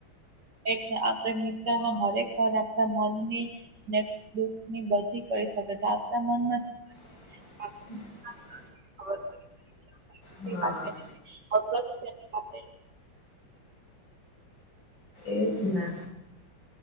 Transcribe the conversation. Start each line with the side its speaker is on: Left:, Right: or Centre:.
Right: એટલે આપણે મિત્રોન હરેક વાર આપણા મનની ને દુઃખની બધી કહી શકે છે, આપણા મનમાં
Left: <inaudible>
Right: આપણે <inaudible>
Left: હા એ જ ને